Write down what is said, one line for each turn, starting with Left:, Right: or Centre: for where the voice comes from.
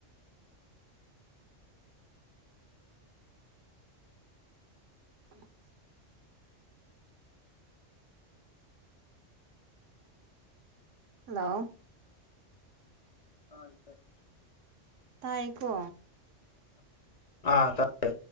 Right: <inaudible> ꯍꯜꯂꯣ
Left: <unintelligible>
Right: ꯇꯥꯏꯀꯣ
Left: ꯑꯥ ꯇꯥꯏꯌꯦ